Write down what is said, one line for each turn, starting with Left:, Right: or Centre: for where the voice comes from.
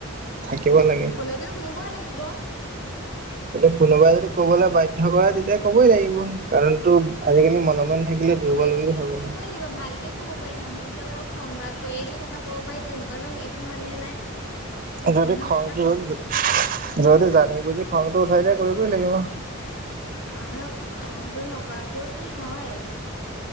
Right: থাকিব লাগে।
Left: কলেটো শুনিবই লাগিব।
Right: কিন্তু কোনোবাই যদি ক'বলৈ বাধ্য কৰাই তেতিয়া ক'বই লাগিব, কাৰণ টো আজিকালি মনে মনে। থাকিলে
Left: ক'লে
Right: দুৰ্বল
Left: তোন
Right: বুলি ভাবে
Left: শুনিবই
Right: ন।
Left: লাগিব ভালকে। ক'ব পাৰি মানুহক যে অকল খংৰাগ কৰিহে সেই কথা ক'ব পাৰি তেনেকুৱা ধৰো একো মানে নাই।
Right: যদি
Left: মানুহৰ
Right: খংটো
Left: কথা
Right: যদি যদি জানি বুজি খংটো উঠাই দিয়া কৰিবই লাগিব।
Left: মানুহে খংটো নকৰাকেওতো হয়।